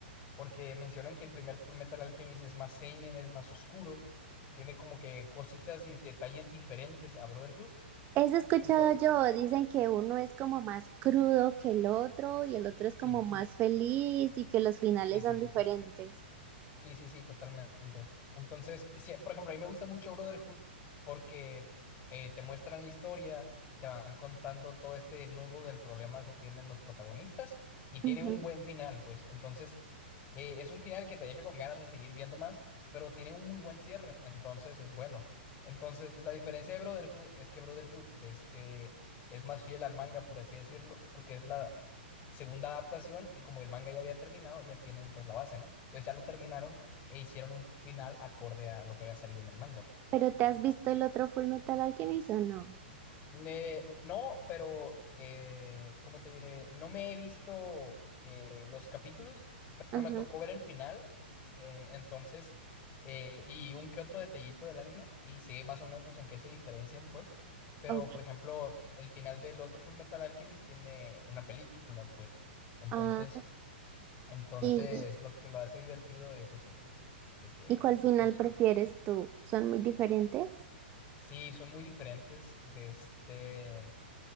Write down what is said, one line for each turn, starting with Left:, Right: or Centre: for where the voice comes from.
Left: porque mencionan que el primer Full Metal Alchemist es más seinen, es más oscuro, tiene como que cositas y detalles diferentes a Brotherhood.
Right: Eso he escuchado
Left: Entonces,
Right: yo, dicen que uno es como más crudo que el otro y el otro es
Left: sí,
Right: como más feliz y que los finales
Left: sí, sí,
Right: son
Left: sí,
Right: diferentes.
Left: sí. Sí, sí, sí, totalmente. Entonces, sí, por ejemplo, a mí me gusta mucho Brotherhood porque eh, te muestran la historia, te van contando todo este nudo del problema que tienen los protagonistas y tiene
Right: Ujú.
Left: un buen final, pues. Entonces, eh, es un final que te deja con ganas de seguir viendo más, pero tiene un muy buen cierre, entonces es bueno. Entonces, la diferencia de Brotherhood es que Brotherhood este, es más fiel al manga, por así decirlo, porque es la, segunda adaptación y como el manga ya había terminado, ya tienen pues la base, ¿no? Pues ya lo terminaron e hicieron un final acorde a lo que había salido en el manga, pues.
Right: ¿Pero te has visto el otro Full Metal Alchemist o no?
Left: Ne- no, pero, eh, ¿cómo te diré? No me he visto eh, los capítulos, pero
Right: Ajá,
Left: me tocó ver el final, eh, entonces, eh, y un que otro detallito del anime, y sé más o menos en qué se diferencian, pues. Pero,
Right: ok.
Left: por ejemplo, el final del otro Full Metal Alchemist tiene una película, pues. Entonces...
Right: Ah,
Left: Entonces,
Right: ¿y,
Left: lo que lo hace divertido es eso, pues, de que
Right: y cuál final
Left: es,
Right: prefieres
Left: pues,
Right: tú? ¿Son muy diferentes?
Left: sí, son muy diferentes de este...